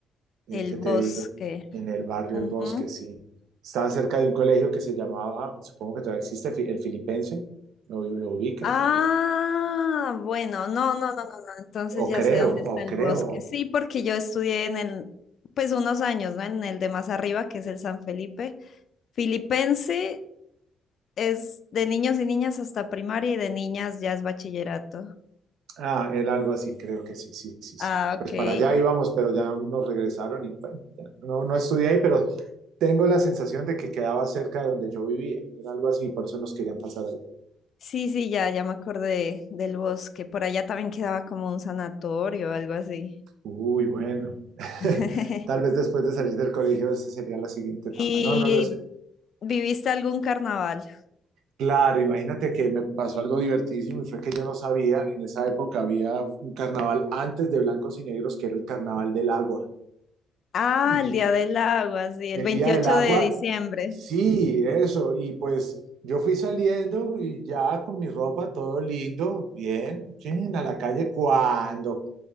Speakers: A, on the right (about 80°); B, on the left (about 60°).
A: eh,
B: El
A: ¿qué
B: bosque.
A: te digo? En el barrio
B: Ujú.
A: El Bosque, sí. Estaba cerca de un colegio que se llamaba, supongo que todavía existe, Fi- el Filipense, lo, lo ubicas
B: Ah,
A: o algo así.
B: bueno, no, no, no, no, no. Entonces
A: O
B: ya
A: creo,
B: sé dónde está
A: o
B: el
A: creo.
B: bosque. Sí, porque yo estudié en el, pues unos años, ¿no? En el de más arriba, que es el San Felipe. Filipense es de niños y niñas hasta primaria y de niñas ya es bachillerato.
A: Ah, era algo así, creo que sí, sí, sí, sí.
B: Ah, ok.
A: Pues para allá íbamos, pero ya nos regresaron y bueno, ya no, no estudié ahí, pero tengo la sensación de que quedaba cerca de donde yo vivía. Era algo así, por eso nos querían pasar ahí.
B: Sí, sí, ya, ya me acordé del bosque. Por allá también quedaba como un sanatorio o algo así.
A: Uy, bueno. <laughs>
B: <laughs>
A: Tal vez después de salir del colegio, esa sería la siguiente
B: ¿Y
A: etapa. No, no lo sé.
B: viviste algún carnaval?
A: Claro, imagínate que me pasó algo divertidísimo y fue que yo no sabía, en esa época había un carnaval antes de Blancos y Negros que era el Carnaval del Agua.
B: Ah,
A: Y
B: el Día del Agua, sí, el
A: el
B: 28
A: Día del Agua,
B: de diciembre.
A: sí, eso. Y pues yo fui saliendo y ya con mi ropa todo lindo, bien, chin, a la calle cuando